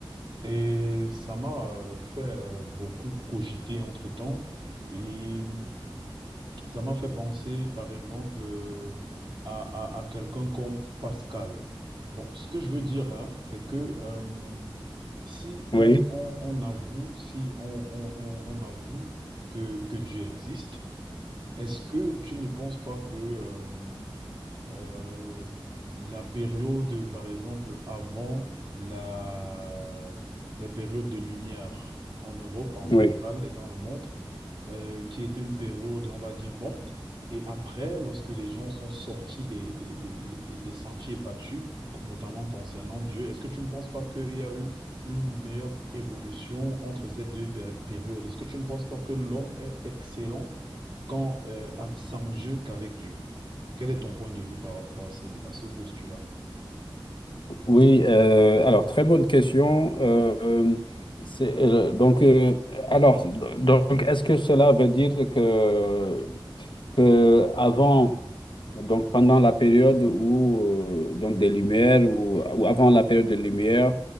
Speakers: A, on the right (about 60°); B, on the left (about 60°).
A: Et ça m'a, euh, fait, euh, beaucoup cogiter entre-temps. Et ça m'a fait penser, par exemple, euh, à, à- à quelqu'un comme Pascal. Bon, ce que je veux dire, hein, c'est que euh, si on,
B: Oui,
A: on- on avoue, si on, on- on- on avoue que, que Dieu existe, est-ce que tu ne penses pas que euh, euh, la période, par exemple, avant la, les périodes de lumière en Europe en général
B: oui,
A: et dans le monde, euh, qui était une période, on va dire, morte. Et après, lorsque les gens sont sortis des, des, des, des, des- des sentiers battus, notamment concernant Dieu, est-ce que tu ne penses pas qu'il y a eu une meilleure évolution entre ces deux pé- périodes? Est-ce que tu ne penses pas que l'homme est excellent quand, euh, av- sans Dieu qu'avec Dieu? Quel est ton point de vue par rapport à ce, à ce postulat?
B: oui. euh, alors, très bonne question. euh, euh, c'est, euh, donc, euh, alors, d- donc, est-ce que cela veut dire que, que avant Donc pendant la période où euh, donc des lumières ou, ou avant la période des lumières